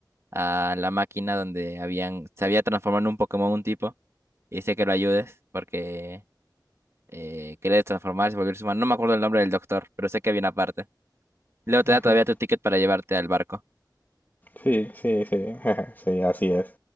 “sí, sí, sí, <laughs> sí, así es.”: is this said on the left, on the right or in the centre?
Left